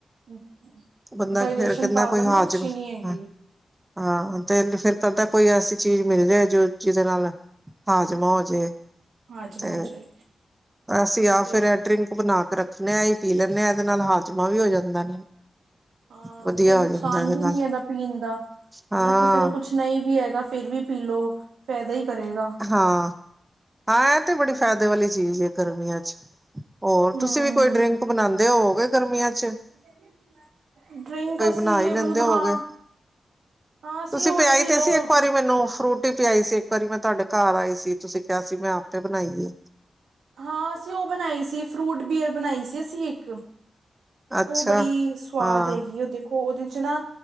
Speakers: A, on the right; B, on the right.
A: ਅ ਅ
B: ਬੰਦਾ
A: ਡਾਇਜੇਸ਼ਨ
B: ਫੇਰ ਕਹਿੰਦਾ
A: ਪਾਵਰ
B: ਕੋਈ ਹਾਜ਼ਮ
A: ਨਾ ਅੱਛੀ ਨੀ ਹੈਗੀ
B: ਹਾਂ ਹਾਂ ਤੇ ਨ ਫਿਰ ਕਰਦਾ, ਕੋਈ ਐਸੀ ਚੀਜ਼ ਮਿਲ ਜਾਏ ਜੋ ਜਿਹਦੇ ਨਾਲ ਹਾਜਮਾ ਹੋਜੇ,
A: ਹਾਜਮਾ
B: ਤੇ
A: ਹੋ ਜਾਏ
B: ਅਸੀਂ
A: ਇਹ
B: ਆਪ
A: ਤੇ
B: ਸਵੇਰੇ ਐ ਡਰਿੰਕ ਭੁਨਾ ਕੇ ਰੱਖਨੇ ਹਾਂ, ਇਹੀ ਪੀ ਲੈਂਦੇ ਹਾਂ। ਇਹਦੇ ਨਾਲ ਹਾਜਮਾ ਵੀ ਹੋ ਜਾਂਦਾ
A: ਹਾਂ
B: ਵਧੀਆ
A: ਕੋਈ ਨੁਕਸਾਨ
B: ਹੋ ਜਾਂਦਾ ਇਹਦੇ
A: ਵੀ
B: ਨਾਲ
A: ਨੀ ਇਹਦਾ ਪੀਣ ਦਾ,
B: ਹਾਂ
A: ਹਨਾ ਕਿਸੇ ਨੂੰ ਕੁੱਛ ਨਹੀਂ ਵੀ ਹੈਗਾ ਫਿਰ ਵੀ ਪੀ ਲਉ, ਫਾਇਦਾ ਹੀ ਕਰੇਗਾ।
B: ਹਾਂ, ਹਾਂ ਇਹ ਤੇ ਬੜੀ ਫਾਇਦੇ ਵਾਲੀ ਚੀਜ਼ ਹੈ ਗਰਮੀਆਂ ਚੱ ਹੋਰ
A: ਹਮ
B: ਤੁਸੀਂ ਵੀ ਕੋਈ ਡਰਿੰਕ ਬਣਾਉਂਦੇ ਹੋਗੇ, ਗਰਮੀਆਂ ਚੱ
A: <inaudible> ਡਰਿੰਕ ਅਸੀਂ
B: ਬਣਾ ਹੀ ਲੈਂਦੇ
A: <unintelligible>
B: ਹੋਗੇ
A: ਹਾਂ, ਹਾਂ ਅਸੀਂ ਉਹੀ
B: ਪਿਆਈ ਤੇ ਸੀ
A: ਉਹ
B: ਇੱਕ ਵਾਰੀ ਤੁਸੀਂ ਮੈਨੂੰ ਫਰੂਟੀ ਪਿਆਈ ਸੀ, ਇੱਕ ਵਾਰੀ ਮੈਂ ਤੁਹਾਡੇ ਘਰ ਆਈ ਸੀ ਤੁਸੀਂ ਕਿਹਾ ਸੀ ਮੈਂ ਆਪੇ ਬਣਾਈਏ
A: ਹਾਂ ਅਸੀਂ ਉਹ ਬਣਾਈ ਸੀ, ਫਰੂਟ ਬੀਅਰ ਬਣਾਈ ਸੀ ਅਸੀਂ ਇੱਕ
B: ਅੱਛਾ
A: ਉਹ ਬੜੀ ਸਵਾਦ
B: ਹਾਂ
A: ਹੈਗੀ ਐ, ਦੇਖੋ ਉਹਦੇ ਚੱ ਨਾ